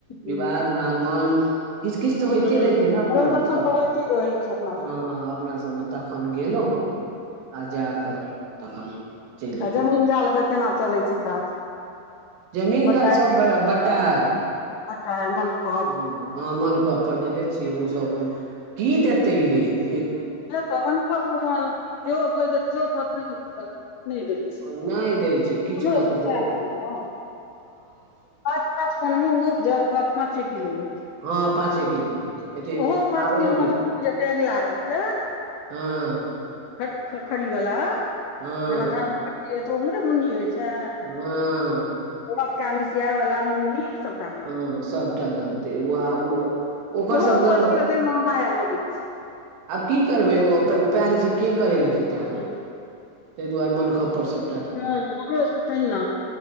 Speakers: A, on the left (about 75°); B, on the right (about 70°).
A: हूँ
B: विवाह, दुरागमन। किछ- किछ तऽ होइते
A: हूँ
B: रहै
A: आयोजन
B: छै ने अपना मे
A: सब
B: तऽ
A: होइते रहै छै अपना सबके
B: हँ अपना सबमे तखन गेलौ।
A: ह
B: आओर जाकऽ तखन चलि
A: तऽ
B: एलहुँ
A: जमीन -जालके केना चलै छै काज?
B: जमीन
A: बटाइ
B: जाल सब बटाय
A: बटाइ मनखब
B: ओ। हँ मनखब पर देने छियै, ओ सब अपन की देतै यै,
A: से त मनुखो पर क्यों कोई देत, सेहो कहत नइ दैत छै <unintelligible>
B: ओ नहि दै छै, किछु
A: हमरो
B: लऽ
A: सबके
B: कऽ
A: सएह
B: भेज
A: हाल
B: दे।
A: यऽ पाँच -पाँच मोन उपजत, कहत पाँचे किलो भेल।
B: हँ पाँचे किलो भेल एते
A: ओहो पाँच
B: आ
A: किलो
B: ओतबे
A: मूंग तेगला रहतै।
B: हँ।
A: ख ख खरी वला,
B: हँ
A: जेना धान खखरी होइ तऽ उे मुन्नी होइ छै।
B: हँ
A: ओ अकटामिसिया वला मुन्नी सब।
B: हँ सबटा दऽ देतै वएह ओ ओकर
A: ओहो
B: सबके
A: पच किलो दैय मे माया लगै छै।
B: आब की करबै उपाय नहि छै, के करै लए जेतै।
A: हूँ
B: ताहि दुआरे मनखऽ पड़सत।
A: हँ हमरोसभ तहिना,